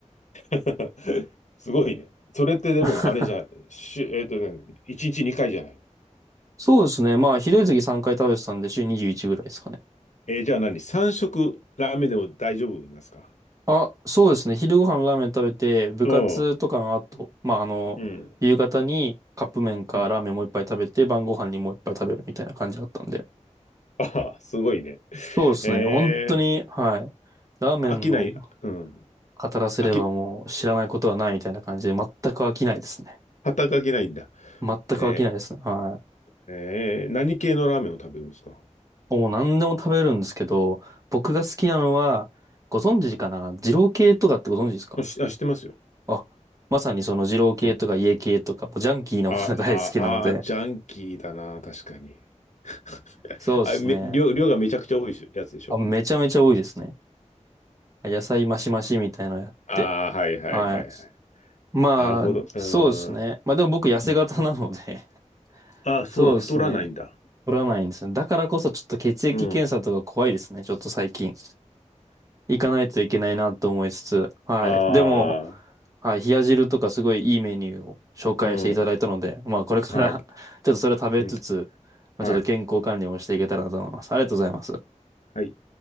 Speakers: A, on the left; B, on the right.
A: <laughs> すごいね。それってでも、
B: <laughs>
A: あれじゃん、しゅ、えっとね、1日2回じゃない。
B: そうですね。まあひどい時3回食べてたんで週21ぐらいですかね。
A: えーじゃあ何 ?3 食ラーメンでも大丈夫なんですか
B: あ、そうですね。昼ご飯ラーメン食べて、部活とかの後、
A: うん。う
B: まあ、あの、
A: ん。
B: 夕方にカップ麺かラーメンもう一杯食べて、
A: うん
B: 晩ご飯にもう一杯食べるみたいな感じだったんで。
A: あ、すごいね。
B: そうですね。
A: え
B: 本当に、はい。ラーメンを
A: ー、飽きない。うん。
B: 語らせればもう知らないことはないみたいな感じで、
A: 飽き、
B: 全く飽きないですね。
A: 働き飽きないんだ。
B: 全く飽きないですね。
A: え
B: は
A: ー、えー何系のラーメンを食べるんですか
B: い。もう何でも食べるんですけど、僕が好きなのは、ご存知かな二郎系とかってご存知ですか
A: うんしあ、知ってますよ。
B: あまさにその二郎系とか家系とか、
A: うん。
B: もうジャンキーなものが大好きなので、
A: あ、あ、あ、ジャンキーだな、確かに。<laughs>
B: そうですね。
A: あ、め、量、量がめちゃくちゃ多いしやつでしょ
B: あ、めちゃめちゃ多いですね。野菜マシマシみたいなのやって。
A: ああー、はいはいはいはい。
B: はい。まあ、
A: なるほど。うーん。
B: そうですね。まあでも僕痩せ型なので
A: うん
B: <laughs>
A: ああ、そうなん、
B: そうですね。
A: 太らないんだ。
B: 取らないんですね。だからこそちょっと血液検査とか怖いですね。
A: うん。
B: ちょっと最近。行かないといけないなと思いつつ。はい。
A: ああ、
B: でも、はい。冷や汁とかすごいいいメニューを紹介していただいたので、
A: うん。
B: まあこれから
A: はい。
B: <laughs> ちょっとそれを食べつつ、
A: うん。はい。
B: まあちょっと健康管理をしていけたらなと思います。ありがとうございます。
A: はい。